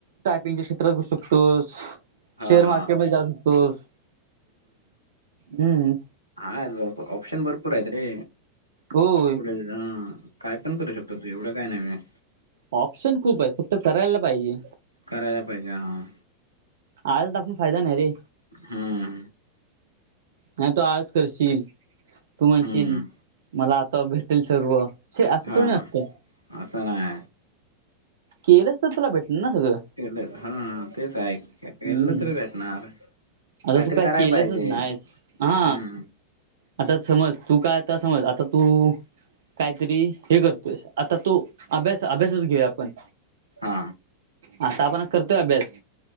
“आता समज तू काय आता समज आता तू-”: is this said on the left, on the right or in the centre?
Right